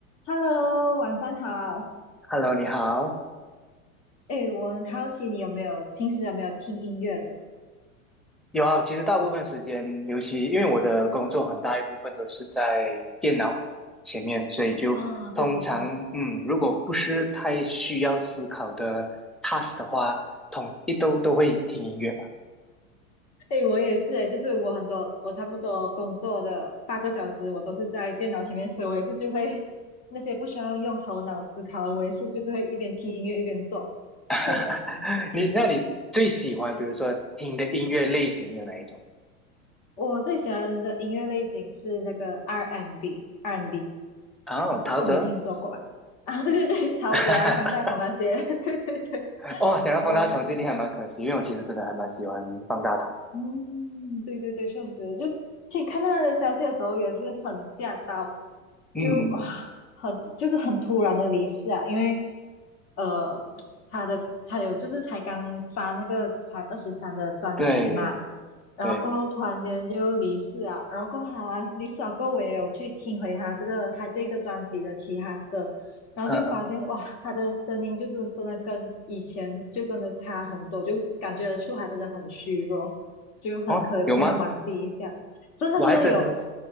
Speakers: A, on the left (about 55°); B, in the centre.
A: Hello，晚上好。
B: Hello，你好。
A: 哎，我很好奇你有没有平时有没有听音乐的？
B: 有啊，其实大部分时间，尤其因为我的工作很大一部分都是在电脑前面，所以就通常，
A: 啊、对对对，
B: 嗯，如果不是太需要思考的 task 的话，统一都都会听音乐吧。
A: 哎，我也是，哎，就是我很多，我差不多工作的八个小时，我都是在电脑前面，所以我也是就会那些不需要用头脑思考的，我也是就是会一边听音乐一边做。<laughs>
B: <laughs>
A: 对，
B: 你，那你最喜欢，比如说听的音乐类型有哪一种？
A: 我最喜欢的音乐类型是那个 R&B，R&B，
B: 哦，
A: m m 嗯，
B: 陶喆。
A: 不，你有听说过吧？啊，对对对，陶喆啊，
B: <laughs>
A: 方大同那些，<laughs> 对对对。
B: 哦，讲到方大同，
A: 哇哦，
B: 最近还蛮可惜，因为我其实真的还蛮喜欢方大同。
A: 嗯，对对对，确实，就听看到他的消息的时候也是很吓到，
B: 嗯，
A: 就啊，很就是很突然的离世啊，因为呃，他的他有就是才刚发那个才二十三的专辑嘛，
B: 对
A: 然后过后突然间就离世啊，
B: 对，
A: 然后过后他离世了过后，我也有去听回他这个他这个专辑的其他歌，然后就发现哇，
B: 嗯嗯
A: 他的声音就是真的跟以前就真的差很多，就感觉得出他真的很虚弱，就很可惜，
B: 哦，有吗？
A: 很惋惜一下。真的真的有，
B: 我还真的